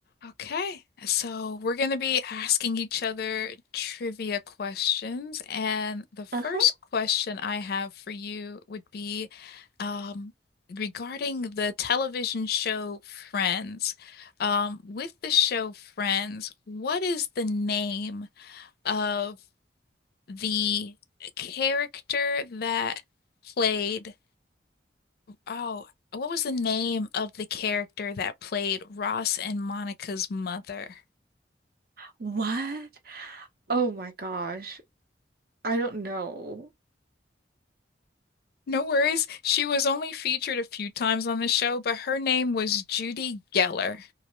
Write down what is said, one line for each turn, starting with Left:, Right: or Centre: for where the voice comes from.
Left: Okay, so we're going to be asking each other trivia questions. And the first
Right: Uh-huh.
Left: question I have for you would be um, regarding the television show Friends. Um, with the show Friends, what is the name of the character that played? Oh, what was the name of the character that played Ross and Monica's mother?
Right: What? Oh my gosh. I don't know.
Left: No worries. She was only featured a few times on the show, but her name was Judy Geller. <laughs>